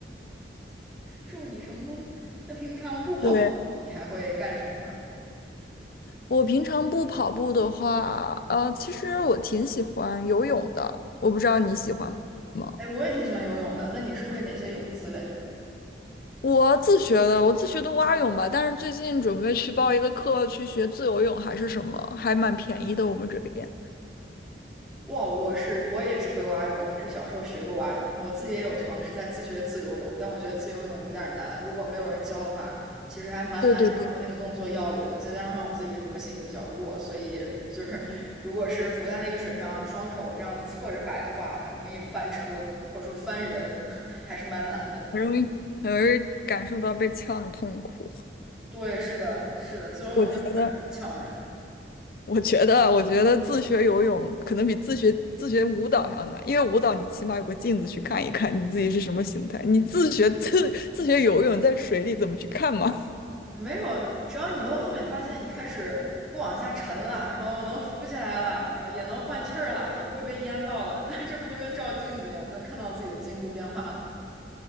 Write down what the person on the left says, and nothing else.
对，
我平常不跑步的话，呃，其实我挺喜欢游泳的，我不知道你喜欢吗？
我自学的，我自学的蛙泳吧，但是最近准备去报一个课，去学自由泳还是什么，还蛮便宜的，我们这边。
对对对，
很容易，很容易感受到被呛的痛苦。<laughs>
我觉得。我觉得，我觉得自学游泳可能比自学自学舞蹈还要难，因为舞蹈你起码有个镜子去看一看你自己是什么形态，你自学自自学游泳在水里怎么去看嘛？